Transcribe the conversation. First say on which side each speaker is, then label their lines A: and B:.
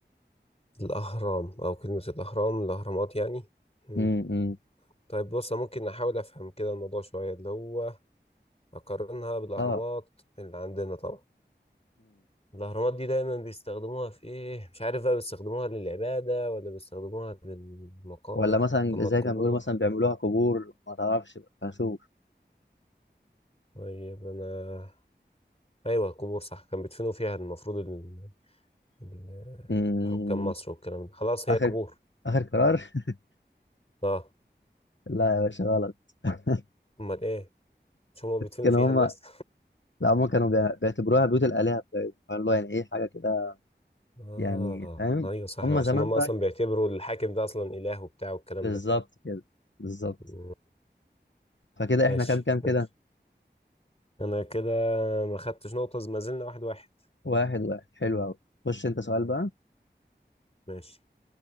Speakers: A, on the left; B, on the left.
A: الاهرام او كلمه الاهرام الاهرامات يعني مم.
B: امم
A: طيب بص أنا ممكن احاول افهم كده الموضوع شويه اللي هو اقارنها بالاهرامات
B: اه
A: اللي عندنا طبعا الاهرامات دي دايما بيستخدموها في ايه مش عارف بقى بيستخدموها للعباده ولا بيستخدموها للمقابر
B: ولا مثلا
A: طب ما
B: زي
A: القبور
B: كان بيقولوا مثلا بيعملوها
A: آه.
B: قبور ما تعرفش بقى هشوف
A: طيب انا ايوه القبور صح كان بيدفنوا فيها المفروض ال- ال-
B: مم،
A: حكام مصر والكلام ده خلاص
B: اخر
A: هي قبور
B: اخر قرار <laughs>
A: اه
B: لا يا باشا غلط <laughs>
A: امال ايه مش هما بيدفنوا
B: كانوا
A: فيها
B: هم
A: الناس
B: لا هم كانوا بيع- بيعتبروها بيوت الآلهة بتاعتهم فاللي هو يعني ايه حاجة كده
A: <laughs> اه
B: يعني فاهم
A: ايوه صح
B: هم
A: عشان
B: زمان
A: هما
B: بقى
A: اصلا
B: كان
A: بيعتبروا الحاكم ده اصلا اله وبتاع والكلام
B: بالظبط
A: ده
B: كده بالظبط
A: مم،
B: فكده
A: ماشي
B: احنا كام كام كده
A: ماشي انا كده ما خدتش نقطة ما زلنا واحد واحد
B: واحد واحد حلو قوي خش انت سؤال بقى
A: ماشي